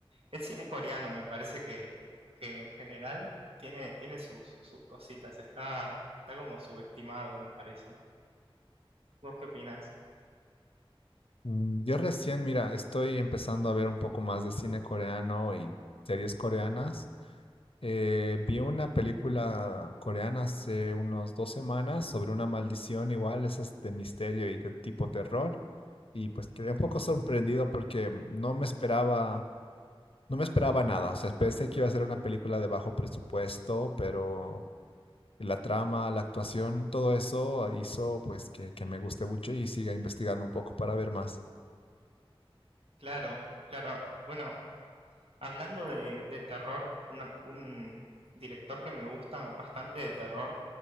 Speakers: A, on the right; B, on the left.
A: El cine coreano me parece que, que en general tiene, tiene sus, sus cositas, está, está como subestimado, me parece. ¿Vos qué opinás?
B: Mm, Yo recién, mira, estoy empezando a ver un poco más de cine coreano y series coreanas. Eh, vi una película coreana hace unos dos semanas sobre una maldición igual, esa es de misterio y de tipo terror. Y pues quedé un poco sorprendido porque no me esperaba, no me esperaba nada. O sea, pensé que iba a ser una película de bajo presupuesto, pero la trama, la actuación, todo eso hizo pues que, que me guste mucho y siga investigando un poco para ver más.
A: Claro, claro. Bueno, Hablando de, de terror, una- un director que me gusta bastante de terror,